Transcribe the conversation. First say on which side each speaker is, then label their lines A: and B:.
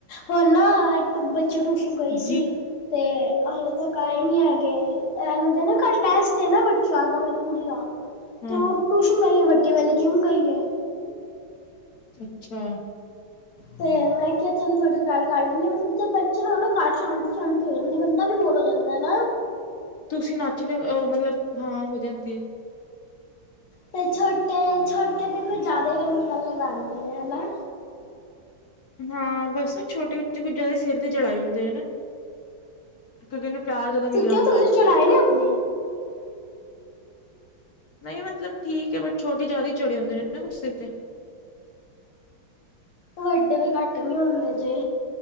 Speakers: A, on the left; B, on the left.
A: ਹੋਨ ਨਾ ਬੱਚੇ ਟਿਊਸ਼ਨ ਗਈ
B: ਜੀ
A: ਸੀ ਤੇ ਹਾਲੇ ਤੱਕ ਆਏ ਨੀ ਹੈਗੇ ਇਹਨਾਂ ਦੇ ਨਾ ਕਲ ਟੈਸਟ ਏ ਨਾ ਬ <unintelligible>
B: ਹਾਂ
A: ਤੇ ਓਹ ਟਿਊਸ਼ਨ ਗਈ ਵਡੀ ਵਾਲੀ ਜਿਮ ਗਈ ਏ
B: ਅੱਛਾ।
A: ਤੇ ਮੈਂ ਕਿਹਾ ਚਲੋ ਥੋੜੀ ਦੇਰ ਗੱਲ ਕਰ ਲੈਂਨੀ ਆ ਮਤਲਬ ਜ ਬੱਚੇ ਨਾ ਹੋਣ ਘਰ ਸ਼ਾਂਤੀ ਸ਼ਾਂਤੀ ਹੋ ਜਾਂਦੀ ਬੰਦਾ ਵੀ ਬੋਰ ਹੋ ਜਾਂਦਾ। <unintelligible>
B: ਤੁਸੀਂ ਨੱਚ ਲਿਆ ਉਹ ਮਤਲਬ ਹਾਂ ਹੋ ਜਾਂਦੀ ਏ
A: ਤੇ ਛੋਟੇ ਛੋਟੇ ਤਾਂ ਕੁਝ ਜ਼ਿਆਦਾ ਹੀ ਰੋਣਕਾ ਲਗਾੰਦੇ ਨੇ ਹੈਨਾ।
B: ਹਾਂ ਬਸ ਨਾ ਛੋਟੇ ਬੱਚੇ ਕੁੱਝ ਜਿਆਦਾ ਸਿਰ ਤੇ ਚੜਾਏ ਹੁੰਦੇ ਹੈਨਾ। ਕਿਉਕਿ ਓਨੂੰ ਪਿਆਰ ਜਿਆਦਾ ਮਿਲਿਆ
A: ਤੂੰ ਕਿਉਂ
B: ਹੁੰਦਾ
A: ਤੁਸੀਂ
B: ਹੈ।
A: ਚੜਾਏ ਨੇ ਆਪਣੇ
B: ਨਹੀਂ ਮਤਲਬ ਠੀਕ ਏ ਬਟ ਛੋਟੇ ਜਿਆਦਾ ਹੀ ਚੜੇ ਹੁੰਦੇ ਨੇ ਕੁਛ ਸਿਰ ਤੇ।
A: ਵੱਡੇ ਵੀ ਘੱਟ ਨੀ ਹੁੰਦੇ ਜੇ